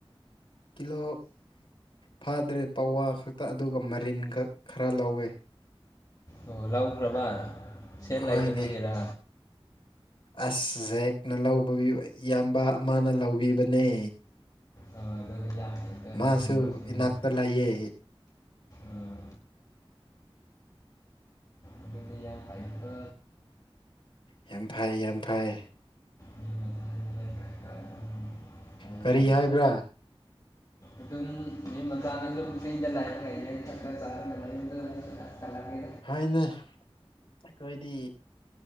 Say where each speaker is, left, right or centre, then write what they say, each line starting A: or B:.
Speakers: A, on the left (about 60°); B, on the left (about 40°).
A: ꯀꯤꯂꯣ ꯐꯥꯗ꯭ꯔꯦ ꯄꯋꯥ ꯈꯛꯇ ꯑꯗꯨꯒ ꯃꯔꯤꯟ ꯈꯛ ꯈꯔ ꯂꯧꯋꯦ꯫
B: ꯑꯣ ꯂꯧꯈ꯭ꯔꯕ ꯁꯦꯠ
A: ꯍꯣꯏꯅꯦ
B: ꯂꯥꯏꯇꯕꯒꯤꯔꯥ꯫
A: ꯑꯁ ꯖꯦꯛꯅ ꯂꯧꯕ ꯏꯌꯥꯝꯕ ꯑꯃꯅ ꯂꯧꯕꯤꯕꯅꯦ꯫
B: ꯑ ꯑꯗꯨꯗꯤ ꯌꯥꯝ
A: ꯃꯥꯁꯨ
B: ꯅꯣꯏ ꯃꯔꯨꯞꯁꯤꯡꯗꯤ
A: ꯏꯅꯥꯛꯇ ꯂꯩꯌꯦ꯫
B: ꯑꯥ ꯑꯗꯨꯗꯤ ꯌꯥꯝ ꯐꯩꯀꯣ꯫
A: ꯌꯥꯝ ꯐꯩ ꯌꯥꯝ ꯐꯩ꯫
B: ꯃꯤ ꯃꯆꯥꯗꯤ ꯌꯦꯠ ꯈꯔ ꯈꯔ ꯑꯗꯨꯝ ꯂꯩꯗꯅ
A: ꯀꯔꯤ ꯍꯥꯏꯕ꯭ꯔꯥ꯫
B: ꯑꯗꯨꯝ ꯃꯤ ꯃꯆꯥꯗꯤ ꯑꯗꯨꯝ ꯐ꯭ꯔꯤꯗ ꯂꯥꯏꯔꯒ ꯌꯦ ꯊꯛꯀ ꯆꯥꯔꯒ ꯂꯩꯗ ꯀꯜꯂꯛꯑꯦ꯫
A: ꯍꯣꯏꯅꯦ ꯑꯩꯈꯣꯏꯗꯤ꯫